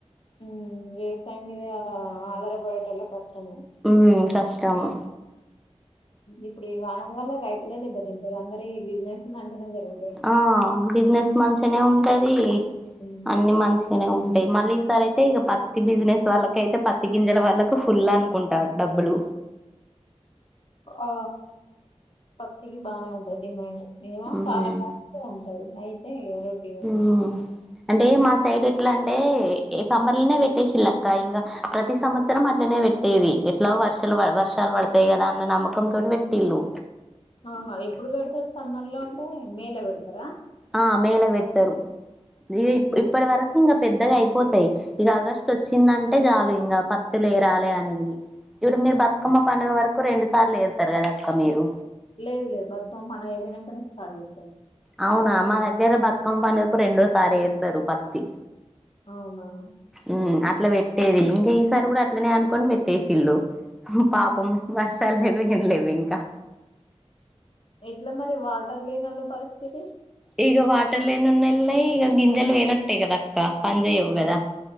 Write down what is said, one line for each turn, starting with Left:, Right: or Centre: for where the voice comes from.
Left: ఉం ఏ టైమ్ ఇద ఆధారపడటం లో కష్టమే
Centre: ఉ కష్టము
Left: ఇప్పుడు ఈ వానల వల్ల రైతులు దెబ్బ తింటారు అందరి బిజినెస్ మంచిగా జరుగుతుంది.
Centre: ఆ బిజినెస్ మంచిగానే ఉంటది
Left: ఉమ్,
Centre: అన్ని మంచి బలే ఉంటాయి మళ్ళీ ఈ సారి అయితే ఇక పత్తి బిజినెస్ వాళ్ళక అయితే పత్తి గింజల వాళ్ళకు ఫుల్ అనుకుంటారు డబ్బులు
Left: ఆ పత్తికి బాగానే ఉంటది డిమాండ్ ఏమో
Centre: ఉమ్
Left: చాలా ఉంటాంది అయితే ఇ రోటి
Centre: ఉం అంటే మా సైడ్ ఎట్లా అంటే సమ్మర్ లోనే పెట్టేసిల్లక్క ఇంకా ప్రతి సంవత్సరం అట్లనే పెట్టి టీవీ ఎట్లా వర్షాలు వర్షాలు పడతాయి కదా అన్న నమ్మకం తో పెట్టిల్ళు
Left: ఆహా ఎప్పుడు పెడతారు సమ్మర్ లో ఉంటే మే లో పెడతారా
Centre: ఆ మేళ పెడతారు ఇ ఇప్పటి వరకు ఇంకా పెద్దగా అయిపోత యి ఇక ఆగస్ట్ వచ్చిందంటే చాలు ఇంకా పత్తు లేరాలే అనేది బతుకమ్మ మా పండుగ వరకు రెండుసార్లు వేరుతారు కదా అక్క మీరు
Left: లేవు లేదు బతుకమ్మ పండుగ అయిపోయినాక సా ర్ట్ చేస్తా
Centre: అవునా మా దగ్గర బతుకమ్మ పండుగకు రెండోసారి వేరుతారు పత్తి
Left: అవునా అవును
Centre: ఉం అట్లా పెట్టేది ఇంకా ఈసారి కూడా అట్లనే అనుకొని పెట్టేసిల్లు పాపం వర్షాలు లేవు ఏంలేవి ఇంకా
Left: ఎట్లా మరి వాటర్ లేనోళ్ళు లో పరిస్థితి
Centre: ఇక వాటర్లనన్నెల్ ఈ గింజల్ వేనక్ట్టే కద అక్క పని చేయవు కదా